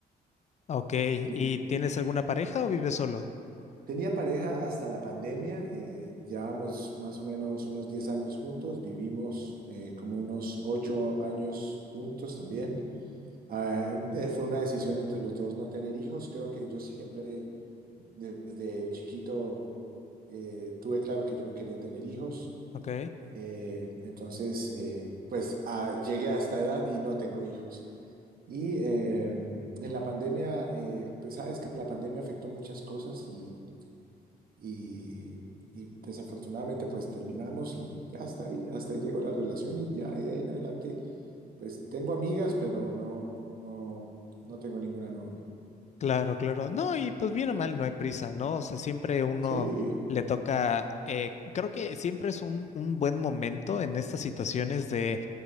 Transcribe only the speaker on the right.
Y-
Tenía pareja hasta la pandemia, eh, llevábamos más o menos unos 10 años juntos, vivimos eh, como unos 8 años juntos también. Ah, eh, fue una decisión entre los dos no tener hijos. Creo que yo siempre desde chiquito eh, tuve claro que yo no quería tener hijos.
Eh, entonces, eh, pues ah, llegué a esta edad y no tengo hijos. Y eh, en la pandemia, eh, pues sabes que la pandemia afectó muchas cosas y y, y desafortunadamente pues terminamos y ya hasta ahí, hasta ahí llegó la relación y ya de ahí en adelante pues tengo amigas, pero no, no, no tengo ninguna novia.
Sí,